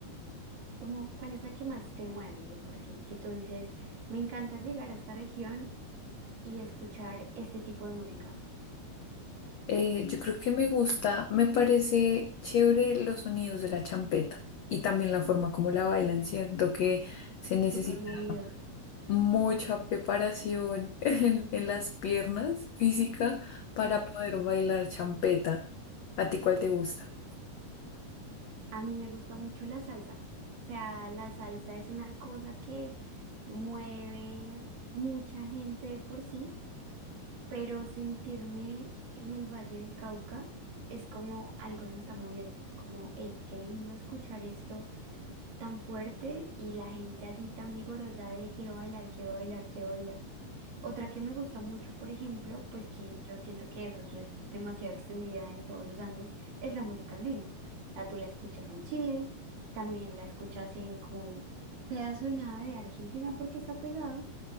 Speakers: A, on the right; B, on the left.
A: Como, ¿cuál es la que más te mueve de por sí? Que tú dices, me encanta llegar a esta región y escuchar este tipo de música.
B: Eh, yo creo que me gusta, me parece chévere los sonidos de la champeta y también la forma como la bailan. Siento que se necesita
A: Súper movido.
B: mucha preparación <laughs> en, en las piernas física para
A: Uf,
B: poder bailar champeta. ¿A ti cuál te gusta?
A: a mí me gusta mucho la salsa. O sea, la salsa es una cosa que mueve mucha gente de por sí pero sentirme en el Valle del Cauca es como algo se está moviendo, como, hey, qué lindo escuchar esto tan fuerte y la gente así tan vigorosa de quiero bailar, quiero bailar, quiero bailar. Otra que me gusta mucho, por ejemplo, pues que yo siento que eso sí es demasiado extendida en todos los Andes, es la música andina. La tú la escuchas en Chile, también la escuchas en como un pedazo de nada de Argentina porque está pegado.